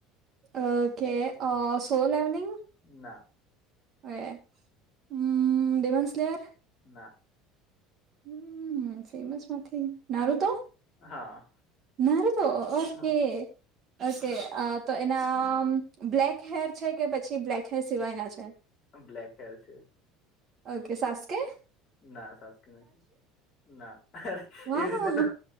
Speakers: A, on the right; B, on the left.
A: ઓકે અ સોલાર નઈ મુકેલુ
B: ના
A: અરે હમ દેવાન્સલેયાર
B: ના
A: હમ ફેમસ માંથી નારું તો
B: હા
A: નારું તો ઓકે
B: હા
A: હશે તો એના બ્લેક હેર છે કે પછી બ્લેક હેર સિવાયના છે
B: બ્લેક હેર છે
A: ઓકે સાસ કે
B: ના સાસ કે નથી ના અરે
A: વાવ
B: એવી રીતના તો